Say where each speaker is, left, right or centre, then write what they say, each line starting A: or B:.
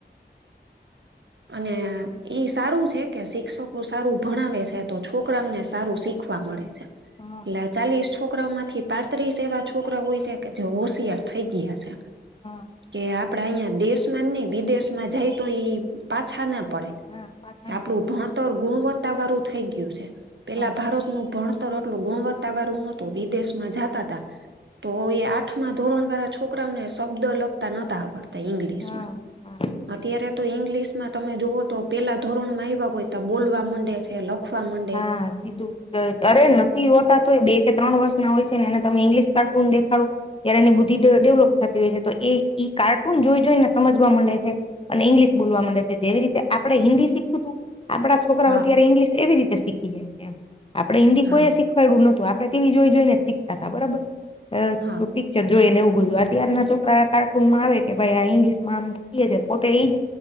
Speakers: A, on the right; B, on the left.
A: અને ઈ સારું છે, કે શિક્ષકો સારું ભણાવે છે, તો છોકરા ને સારું શીખ વા મળે છે.
B: હ.
A: એટલે ચાલીસ છોકરામાંથી પાંત્રીસ એવા છોકરા હોય છે, કે જે હોશિયાર થઇ ગયા છે.
B: હા
A: કે આપડા અહંયા દેશમાં જ નઈ વિદેશમાં જાય તો એ પાછા ના પડે
B: હા પાછા
A: આપડું
B: ના પડે
A: ભણતર ગુણવત્તા વારું થઇ ગયું છે. પેલા
B: હા
A: ભારતનું ભણતર એટલું ગુણવત્તા વાળું નતું વિદેશમાં
B: હા
A: જાતાતા તો એ આઠમા ધોરણ વાળા છોકરાને શબ્દ લખતા નતા આવડ તા ઇંગલશમાં
B: હા હા
A: અત્યારે તો ઇંગ્લશ માં તમે જોઓ તો પેલા ધોરણમાં એવા હોય તો બોલવા માંડે છે. લખવા મં
B: હા સીધું અરે નથી હોતા તો એ બે કે ત્રણ વર્ષના હોય છે, ને એને તમે ઈંગ્લિશ કાર્ટૂન દેખાડો ત્યારે એની બુદ્ધિ ડે ડેવલોપ થતી હોય છે, તો એ ઈ કાર્ટૂન જોઈ જોઈને સમજવા માંડે છે. અને ઇંગ્લિશ બોલવામાં મંડે છે, જેવી રીતે આપણે હિન્દી શીખવુંતુ આપડા છોકરાઓ
A: હા
B: અત્યારે ઇંગ્લિશ એવી રીતે શીખી જાય છે, એમ આપડે હિન્દી
A: હા
B: કોઈ શીખ ખવાયડું નતું આપડે તેવી જોઈ જોઈ ને શીખતાતા બરોબર
A: હા
B: પિક્ચર જોઈ ને એવું બધું અત્યારના છોકરા કાર્ટૂનમાં આવે કે ભાઈ આ ઇંગ્લિશમાં આમ કીયે છે, પોતે ઈજ